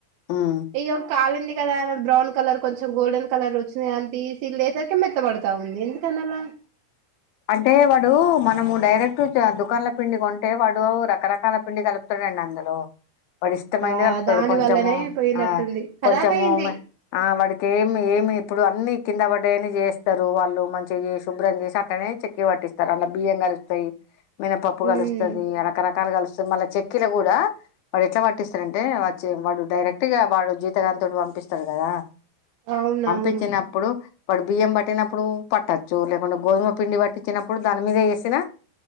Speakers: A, on the left; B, on the right.
A: ఉమ్.
B: ఇ కాలండి కదా బ్రౌన్ కలర్ కొంచెం గోల్డన్ కలర్ వచ్చంది అని తీసిీల్ లేసరికి మెత్త పడతాం అవుంది ఎందుకనలా
A: అంటే వాడు మనము డైరెక్ట్ దుకాన్ల పిండి కొంటే వాడు రకరకాల పిండి కలుపుతాడండి అందులో వాడి ఇష్టమైంది
B: బా
A: కలుపుతాడు
B: దాని
A: కొంచెము
B: వల్లనే పోయినట్టుంది
A: ఆ
B: ఖరాబ్
A: కొంచముమే
B: అయింది
A: ఆ వాడికి ఏమి ఏమి ఇప్పుడు అన్ని కింద పడేని చేస్తారు వాళ్ళు మంచిగా శుభ్రం చేసి అట్నే చెక్కి పట్టిస్తారు అల్ల బియ్యం కలుస్తాయి మినపప్పు
B: ఉమ్
A: కలుస్తుంది రకరకాలు కలుస్తుంది మళ్ళా చెట్ కిల కూడాూ వాడు ఎట్లా వాటిస్తారంటే వా చే వాడు డైరెక్ట్ గా వాడు జీతగంటోటి పంపిస్తారు కదా
B: అవునవును
A: పంపించినప్పుడు వాడు బియ్యం పట్టినప్పుడు పట్టచ్చు లేకుంటడా గోధుమ పిండి పట్టి ఇచ్చినప్పుడు దాని మీద వేసినా